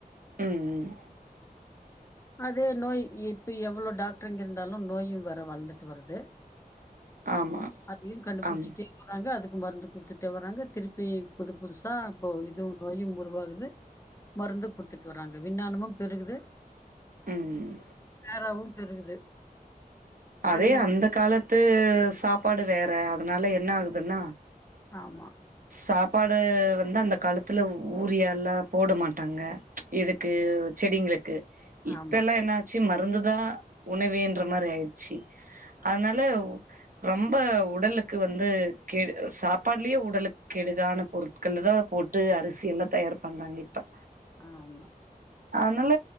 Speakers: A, on the right; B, on the left.
A: ம் ம்
B: அதே நோய் இப்ப எவ்ளோ டாக்டருங்க இருந்தாலு நோயு வேற வளந்துட் வருது
A: ஆமா
B: அதையு கண்டுபுடிச்சிட்டு
A: ஆம்
B: வராங்க அதுக்கு மருந்து குடுத்துட்டே வராங்க திருப்பி புது புதுசா இப்போ இதுவு நோயு உருவாகுது மருந்து குடுத்துட்டு வராங்க விஞ்ஞானமு பெருகுது
A: ம்
B: வேறாவும் பெருகுது
A: அதே
B: அது
A: அந்த காலத்து சாப்பாடு வேற அதனால என்ன ஆகுதுன்னா
B: ஆமா
A: சாப்பாடு வந்து அந்த காலத்துல ஊரியால்லா போட மாட்டாங்க இதுக்கு செடிங்களுக்கு இப்பல்லா
B: ஆமா
A: என்னாச்சு மருந்துதா உணவேன்ற மாரி ஆயிட்ச்சி அதனால ரொம்ப உடலுக்கு வந்து கேடு சாப்பாட்லயே உடலுக்கு கெடுதான பொருட்கள்ல தான் போட்டு அரிசி எல்லாம் தயார் பண்றாங்க இப்ப
B: ஆமா
A: அதனால